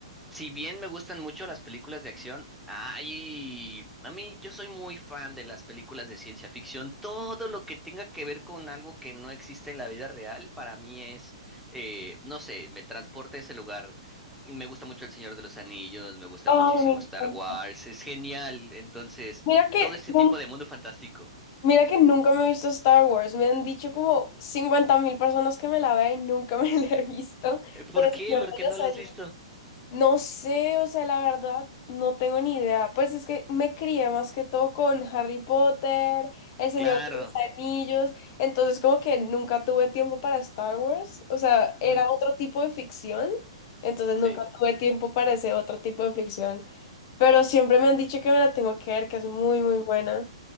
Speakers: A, in the centre; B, on the left.
A: Si bien me gustan mucho las películas de acción, ay, a mí yo soy muy fan de las películas de ciencia ficción. Todo lo que tenga que ver con algo que no existe en la vida real, para mí es, eh, no sé, me transporta a ese lugar. Me gusta mucho El Señor de los Anillos, me gusta
B: Ay,
A: muchísimo
B: me encanta.
A: Star Wars, es genial. Entonces,
B: Mira que,
A: todo ese
B: nun-
A: tipo de mundo fantástico.
B: mira que nunca me he visto Star Wars. Me han dicho como 50 mil personas que me la vea y nunca <laughs> me la he visto.
A: <laughs>
B: Pero
A: ¿Por
B: el
A: qué?
B: Señor
A: ¿Por
B: de
A: qué
B: los
A: no lo
B: Anillos.
A: has visto?
B: No sé, o sea, la verdad, no tengo ni idea. Pues es que me crié más que todo con Harry Potter, El Señor
A: Claro.
B: de los Anillos, entonces como que nunca tuve tiempo para Star Wars, o sea, era
A: ujú,
B: otro tipo de ficción, entonces
A: Sí.
B: nunca tuve tiempo para ese otro tipo de ficción, pero siempre me han dicho que me la tengo que ver, que es muy, muy buena.